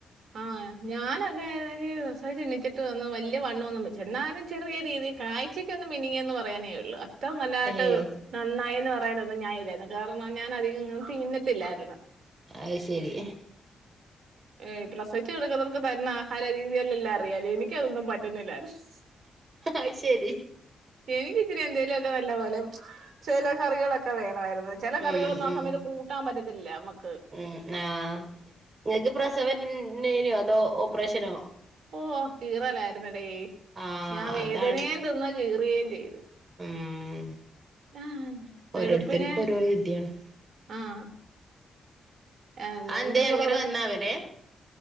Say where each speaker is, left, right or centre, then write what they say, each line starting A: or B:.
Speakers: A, on the right (about 70°); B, on the right (about 45°).
A: ആഹ് ഞാനൊക്കെപ്രസവ ചിണ്ണിച്ചിട്ട് വന്ന വല്ല്യവണ്ണ ഒന്നും വെച്ചിലാ എന്നാലും ചെറിയ രീതി കാഴ്ചക്ക്ഒന്ന് മിനിങ്ങിയെന്ന് പറയാനേ ഉള്ളു ഇത്തം നല്ലാട്ട്
B: ഏഹ്
A: നന്നായിന്ന് പറ പറാനന്നന്ന് ഞായിരുന്നു കാരണം ഞാൻ അധികം ഇങ്ങനെ തിന്നതില്ലാരുന്നു
B: അത് ശരി
A: ഏ് പ്ലസവച്ച് കിടക്കുന്നവർക്ക് തരുന്ന ആഹാര രീതിയല്ലാം അറിയാല്ലേ എനിക്കതൊന്നും പറ്റന്നില്ലാരുന്നു
B: അത് ശരി
A: എനിക്ക ഇതിരി എന്തെലൊക്കെ നല്ല പോലെ ചില കറികളൊക്കെ വേ ആയിരുന്നു ചില
B: ഉം
A: കറികളോന്നും ആ
B: ഉം
A: സമയത്ത് കൂട്ടാൻ പറ്റില്ല ല്ല മ്മ
B: ഉം ആഹ നിങ്ങക്ക് പ്ര സെവൻൈനോ അതോ ഓപ്പറേഷനോ
A: ഓ കീറലായിരുന്നടേ
B: ആഹ്
A: ഞാൻ
B: അതാണ്
A: വേദനയും തിന്ന കീറുകയും ചെയ്ത്
B: ഉം
A: ആഹ്
B: ഓരോരുത്തർക്കും
A: വെളുപ്പിനെ
B: ഓരോ വിധിയാണ്
A: ആഹ് ആന്നേ
B: അതെന്തേ
A: എന്റെ കൂടെ
B: അങ്ങനെ
A: പ്രസ
B: വന്നാവലെ